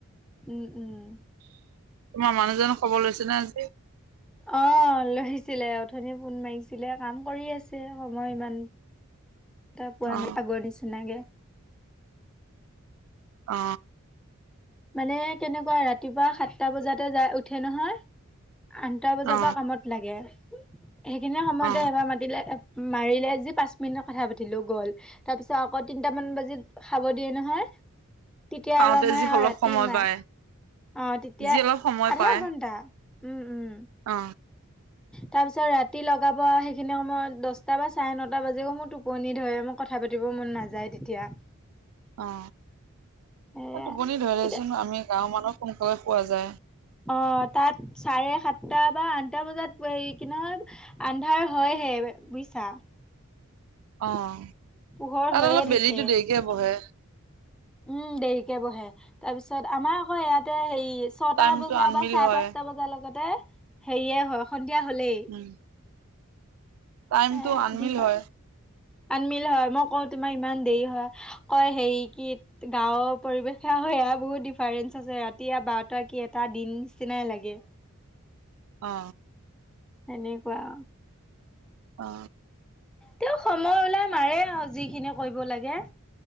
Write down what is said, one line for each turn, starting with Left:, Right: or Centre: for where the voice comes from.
Centre: উম উম
Right: তোমাৰ মানুহজনৰ খবৰ লৈছিলা আজি?
Centre: অ লৈছিলে অথনিয়ে ফোন মাৰিছিলে কাম কৰি আছে সময় ইমান তা পোৱা
Right: অ
Centre: নাই আগৰ নিচিনাকে
Right: অ
Centre: মানে তেনেকুৱা ৰাতিপুৱা সাতটা বজাতে যাই উঠে নহয় আঠটা বজাপা
Right: অ
Centre: কামত লাগে সেইখিনি সময়তে
Right: অ
Centre: এবাৰ মাতিলে মাৰিলে আজি পাঁচ মিনিটত কথা পাতিলো গ'ল তাৰ পিছত আকৌ তিনটামান বাজিত খাব দিয়ে নহয় তেতিয়া
Right: পাওঁতে
Centre: এবাৰ মায়ে
Right: যি
Centre: আৰু
Right: অলপ
Centre: ৰাতি
Right: সময়
Centre: মায়ে
Right: পায়
Centre: অ তেতিয়া
Right: যি অলপ সময়
Centre: আধা
Right: পায়
Centre: ঘণ্টা উম উম
Right: অ
Centre: তাৰ পিছত ৰাতি লগাব সেইখিনি সময়ত দশটা বা চাৰে নটা বাজে মোৰ টোপনি ধৰে মই কথ কথা পাতিব মন নাযায় তেতিয়া
Right: অ
Centre: সেয়া
Right: এ টোপনি ধৰে দেচোন
Centre: এতিয়া
Right: আমি গাঁওৰ মানুহক সোনকালে শুৱা যায়
Centre: অ তাত চাৰে সাতটা বা আঠটা বজাত এই কি নহয় আন্ধাৰ হয়হে বুইছা
Right: অ তাত
Centre: পোহৰ হৈয়ে
Right: অলপ
Centre: থাকে
Right: বেলিটো দেৰিকে বহে
Centre: উম দেৰিকে বহে তাৰ পিছত আমাৰ আকৌ ইয়াতে হেৰি ছটা
Right: টাইমটো
Centre: বজাই
Right: আনমিল
Centre: বা চাৰে
Right: হয়
Centre: পাঁচটা বজাৰ লগতে হেৰিয়ে হয় সন্ধিয়া হলেই
Right: উম টাইমটো
Centre: এ
Right: আনমিল
Centre: দিফাৰ
Right: হয়
Centre: আনমিল হয় মই কওঁ তোমাৰ ইমান দেৰি হয় কয় হেৰি কি গাঁওৰ পৰিৱেশে এয়া বহুত ডিফাৰেন্ঞ্চ আছে ৰাতি আৰু বাৰটা কি এটা দিন নিচিনাই লাগে
Right: অ
Centre: সেনেকুৱা
Right: অ
Centre: তেওঁ সময় ওলাই মাৰে আৱ যিখিনি কৰিব লাগে